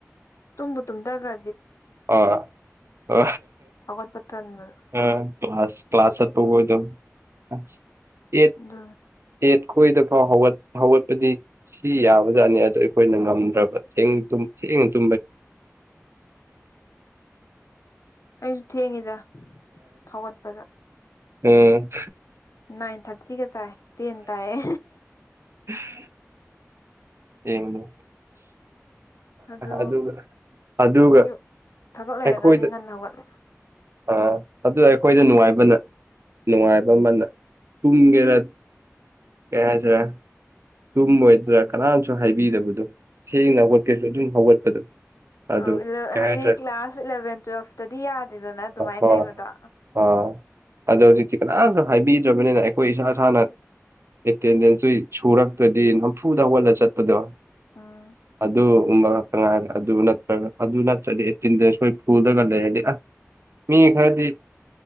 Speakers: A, on the left; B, on the right.
A: ꯇꯨꯝꯝꯕ ꯇꯨꯝꯒꯗ
B: ꯑ ꯑ
A: ꯍꯧꯒꯠꯄ ꯇꯟꯕꯗꯣ
B: ꯑ ꯀ꯭ꯂꯥꯁ ꯆꯠꯄꯕꯨ ꯑꯣꯏꯗꯕ ꯑꯠ ꯑꯦꯠ
A: ꯑꯗꯨꯅ
B: ꯑꯩꯈꯣꯏꯗ ꯐꯥꯎ ꯍꯧꯒꯠꯄꯗꯤ ꯁꯤ ꯌꯥꯕꯖꯥꯠꯅꯤ ꯑꯗꯣ ꯑꯩꯈꯣꯏꯅ ꯉꯝꯗ꯭ꯔꯕ ꯆꯦꯡ ꯑꯗꯨꯝ ꯊ ꯇ
A: <unintelligible> ꯑꯩꯁꯨ ꯊꯦꯡꯉꯤꯗ ꯍꯧꯒꯠꯄꯗ
B: ꯎꯝ
A: ꯅꯥꯟ ꯊꯥꯔꯇꯤꯒꯦ ꯇꯥꯏ ꯇꯦꯟ ꯇꯥꯏꯌꯦ
B: ꯍ ꯌꯦꯕ
A: ꯑꯗꯨ
B: ꯑꯗꯨꯒ ꯑꯗꯨꯒ
A: ꯌꯨ ꯊꯕꯛ ꯂꯩꯔꯒꯗꯤ
B: ꯑꯩꯈꯣꯏꯗ
A: ꯉꯟꯅ ꯍꯧꯒꯠꯂꯦ
B: ꯑꯥ ꯑꯗꯨ ꯑꯩꯈꯣꯏꯗ ꯅꯨꯡꯉꯥꯏꯕꯅ ꯅꯨꯡꯉꯥꯏꯕ ꯑꯃꯅ ꯇꯨꯝꯒꯦꯔ ꯀꯖꯔ ꯇꯨꯝꯃꯣꯏꯗ꯭ꯔꯥ ꯀꯅꯥꯅꯁꯨ ꯍꯥꯏꯕꯤꯗꯕꯗꯣ ꯊꯦꯡꯅ ꯍꯧꯣꯠꯀꯦꯁꯨ ꯑꯗꯨꯝ ꯍꯧꯒꯠꯄꯗꯣ ꯑꯗꯨ
A: ꯑ
B: ꯀꯩ
A: ꯍꯥꯏꯗꯤ
B: ꯍꯥꯏꯇꯥꯔꯦ
A: ꯀ꯭ꯂꯥꯁ ꯏꯂꯚꯦꯟ ꯇꯨꯋꯦꯜꯐꯇꯗꯤ ꯌꯥꯗꯦꯗꯅ ꯑꯗꯨꯃꯥꯏꯅ
B: ꯍꯣꯏ
A: ꯂꯩꯕꯗꯣ
B: ꯑ ꯑꯗꯣ ꯍꯧꯖꯤꯛꯇꯤ ꯀꯅꯥꯝꯁꯨ ꯍꯥꯏꯕꯤꯗ꯭ꯔꯕꯅꯤꯅ ꯑꯩꯈꯣꯏ ꯏꯁꯥ ꯏꯁꯥꯅ ꯑꯦꯇꯦꯟꯗꯦꯟꯁꯇꯨ ꯁꯨꯔ ꯗꯤ ꯅꯝꯐꯨꯗ ꯑꯣꯜꯂ ꯆꯠꯄꯗꯣ
A: ꯎꯝ
B: ꯑꯗꯨ ꯨꯝꯕ ꯉꯥꯛꯇ ꯉꯥꯏꯔꯦ ꯑꯗꯨ ꯅꯠꯇ꯭ꯔꯒ ꯑꯗꯨ ꯅꯠꯇ꯭ꯔꯗꯤ ꯇꯤꯟꯗ ꯁꯣꯏ ꯐꯨꯜꯗꯒ ꯂꯩꯔꯗꯤ ꯑ ꯃꯤ ꯈꯔꯗꯤ